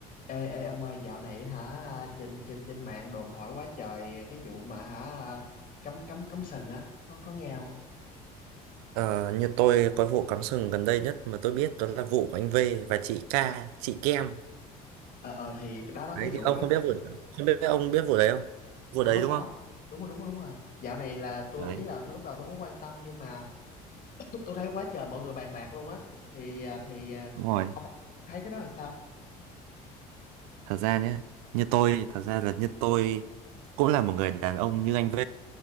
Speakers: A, on the left (about 50°); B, on the right (about 85°).
A: Ê, ê ông ơi dạo này hả trên trên trên mạng đồn thổi quá trời cái vụ mà hả cấm cấm cấm sừng á có có nghe không
B: Ờ, như tôi có vụ cắm sừng gần đây nhất mà tôi biết đó là vụ của anh V và chị K, chị Kem.
A: ờ ờ thì cái đó đó
B: Đấy
A: cái
B: thì
A: vụ
B: ông
A: đó
B: không biết vụ không biết ông biết vụ đấy không? Vụ
A: có
B: đấy đúng
A: có
B: không?
A: đúng rồi đúng rồi đúng rồi dạo này là tôi
B: đấy
A: ý là lúc đầu tôi không có quan tâm nhưng mà <coughs> tôi thấy quá trời mọi người bàn bạc luôn á thì à, thì à,
B: đúng rồi
A: ông, ông thấy cái đó làm sao
B: thật ra nhé như tôi thật ra là như tôi cũng là một người đàn ông như anh V